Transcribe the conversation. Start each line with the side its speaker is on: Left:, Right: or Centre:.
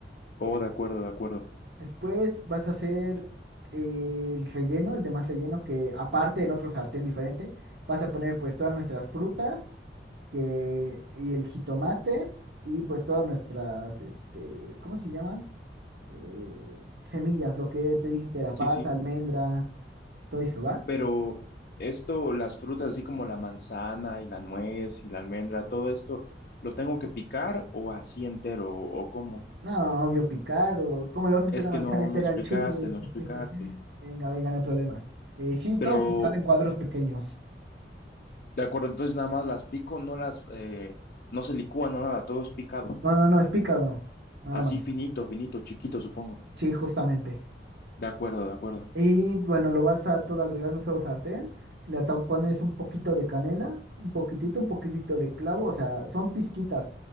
Left: Oh, de acuerdo, de acuerdo.
Right: Después vas a hacer eh, el relleno, el demás relleno que aparte en otro sartén diferente, vas a poner pues todas nuestras frutas que, y el jitomate y pues todas nuestras, este, ¿cómo se llaman? Eh, semillas, lo que te dije que era
Left: Sí,
Right: pasa,
Left: sí.
Right: almendra, todo eso, ¿va?
Left: Pero esto, las frutas así como la manzana y la nuez y la almendra, todo esto, ¿lo tengo que picar o así entero o, o cómo?
Right: No, obvio picado. ¿Cómo le vas a
Left: Es
Right: meter una
Left: que
Right: manzana
Left: no,
Right: entera
Left: no explicaste,
Right: al chile?
Left: no explicaste.
Right: <laughs> Venga, venga, no hay problema. Eh, sí,
Left: Pero,
Right: todo picado en cuadros pequeños.
Left: de acuerdo, entonces nada más las pico, no las, eh, no se licúan, no nada, todo es picado.
Right: No, no, no, es picado, nada
Left: Así
Right: más.
Left: finito, finito, chiquito, supongo.
Right: Sí, justamente.
Left: De acuerdo, de acuerdo,
Right: Y bueno, lo vas a todo agregar en un solo sartén. Le ata- pones un poquito de canela, un poquitito, un poquitito de clavo. O sea, son pizquitas.